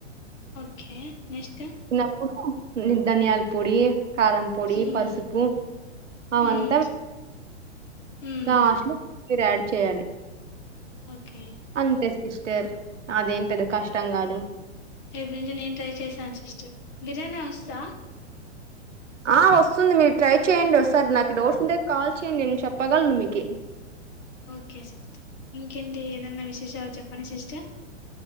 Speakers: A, on the left; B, on the right.
A: ఓకే నెక్స్ట్
B: చిన్నప్పుడు ధనియాల పొడి కారం పొడి
A: ఉమ్
B: పసుపు అన్
A: ఉమ్ ఉమ్
B: లాస్ట్ లో కోత్తిమీర యాడ్ చేయాలి
A: ఓకే
B: అంతే సిస్టర్ అదేం పెద్ద కష్టం కాదు
A: రేపటి ఇది నేను ట్రై చేసాను సిస్టర్ బిర్యానీ వచ్చా
B: ఆ వస్తుంది మీరు ట్రై చేయండి ఓసారి నాకు డోస్ ఉంటే కాల్ చేయండి నేను చెప్పగలను మీకి
A: ఓకే ఇంకేంటి ఏదన్నా విశేషాలు చెప్పండి సిస్టర్